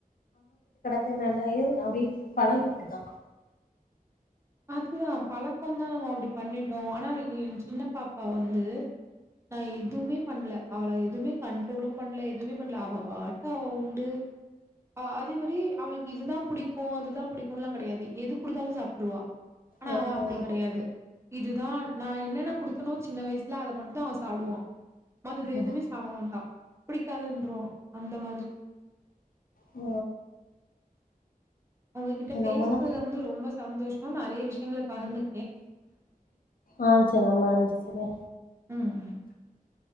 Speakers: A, on the left; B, on the right.
A: இது நல்லாயிரு அப்டி பழகிட்டுதா
B: அதுதா பழக்கோ தா நம்மோ அப்டி பண்ணிட்டோ ஆனா ஏ சின்ன பாப்பா வந்து நா எதுமே பண்ல அவள எதுமே கண்ட்ரோலும் பண்லே எதுமே பண்ல அவா பாட்டு அவா உண்டு அவா அதே மாரி அவளுக்கு இதுதா புடிக்கும் அதுதா புடிக்கும் லா கெடையாது எது குடுத்தாலும் சாப்ட்டுருவா ஆனா
A: ஆ
B: அவன் அப்டி
A: ஆ
B: கெடையாது இதுதா நா என்னென்ன குடுத்தனோ சின்ன வயசுல அத மட்டும் தா அவன் சாப்டுவா மத்தது
A: ஆ
B: எதுமே சாப்ட மாட்டா பிடிக்காதுன்றுவ அந்த மாதிரி
A: ஆ
B: உங்ககிட்ட பேசுனதுல
A: நம்ம தா
B: வந்து ரொம்ப சந்தோஷோ நறைய விஷ்யங்கள பகர்ந்து
A: ஆ செரி அம்மா ச சரியா
B: ம்